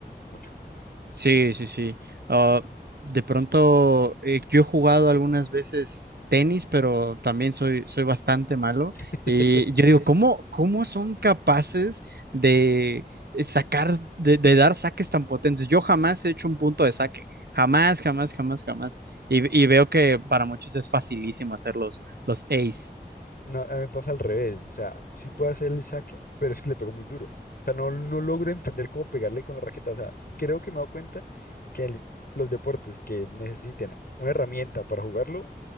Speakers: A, on the left; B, on the right.
A: mucho.
B: Sí, sí, sí. Ah, de pronto, eh, yo he jugado algunas veces tenis, pero también soy, soy bastante malo.
A: <laughs>
B: Y yo digo, ¿cómo, cómo son capaces de sacar, de, de dar saques tan potentes? Yo jamás he hecho un punto de saque. Jamás, jamás, jamás, jamás. Y, y veo que para muchos es facilísimo hacer los, los ace.
A: No, a mí me pasa al revés. O sea, sí puedo hacer el saque, pero es que le pego muy duro. O sea, no, no logro entender cómo pegarle con la raqueta. O sea, creo que me he dado cuenta que el- los deportes que necesiten una herramienta para jugarlo